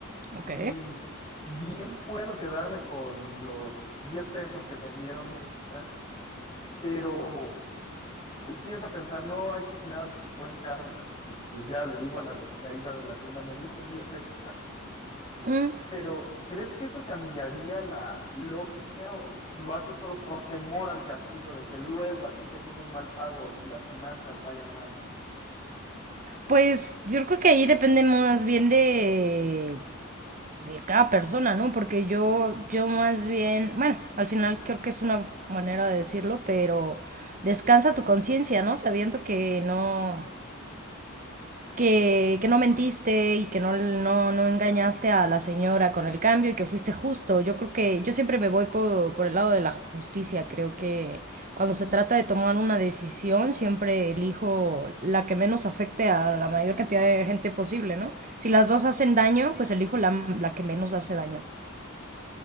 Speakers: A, on the right; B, on the left.
A: ok.
B: Y bien puedo quedarme con los 10 pesos que me dieron extra, pero empiezo a pensar, no, hay que generar buen karma. Y pues ya le digo a la distraída de la tienda, me diste 10 extra.
A: Mm.
B: Pero, ¿crees que eso cambiaría la lógica o s- lo haces solo por temor al castigo de que luego a ti te llegue un mal pago, las finanzas vayan mal?
A: Pues yo creo que ahí depende más bien de, de cada persona, ¿no? Porque yo, yo más bien, bueno, al final creo que es una manera de decirlo, pero descansa tu conciencia, ¿no? Sabiendo que no, que, que no mentiste y que no, no, no engañaste a la señora con el cambio y que fuiste justo. Yo creo que yo siempre me voy por, por el lado de la justicia. Creo que cuando se trata de tomar una decisión, siempre elijo la que menos afecte a la mayor cantidad de gente posible, ¿no? Si las dos hacen daño, pues elijo la, la que menos hace daño.